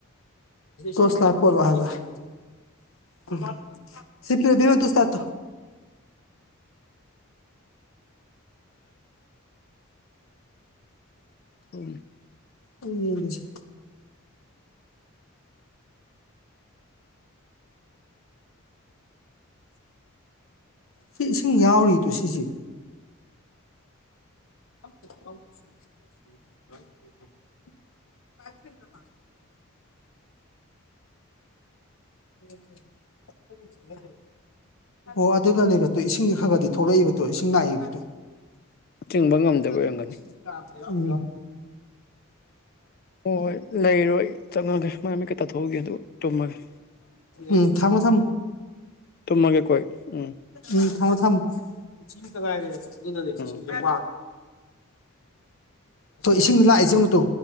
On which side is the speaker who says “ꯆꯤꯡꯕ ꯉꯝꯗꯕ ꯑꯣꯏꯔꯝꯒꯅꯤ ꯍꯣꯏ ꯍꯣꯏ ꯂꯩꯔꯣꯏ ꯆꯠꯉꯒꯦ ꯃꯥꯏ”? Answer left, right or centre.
Left